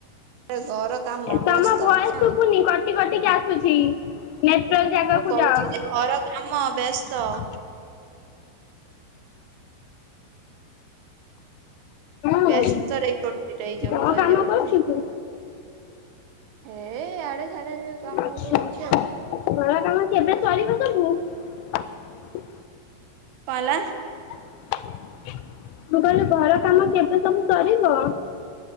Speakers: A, on the right; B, on the left.
A: ଘର। କାମ
B: ତମ
A: ବ୍ୟସ୍ତ
B: ଭଏସ ଶୁଭୁନି,
A: ଆଉ
B: କଟି କଟିକି ଆସୁଛି, ନେଟୱାର୍କ ଜାଗାକୁ
A: ମୁଁ କହୁଛି
B: ଯାଅ।
A: ଯେ ଘର କାମ ବ୍ୟସ୍ତ
B: ହୁଁ
A: ବ୍ୟସ୍ତ ରେ ଇଏ କରୁଛି <unintelligible> ରହି
B: କଣ
A: ରହିଯାଉଚି।
B: କାମ କରୁଛୁ କି
A: ଏ ଆଡେ ସାଡେ କାମ
B: ଆଚ୍ଛା
A: ବହୁତ କରୁଚି ଆଉ।
B: ଘର କାମ କେବେ? ଚାଲିବା ଟା ବହୁତ।
A: କଣ ହେଲା?
B: <unintelligible> ମୁଁ କହିଲି ଘର କାମ କେବେ ସବୁ ସରିବ?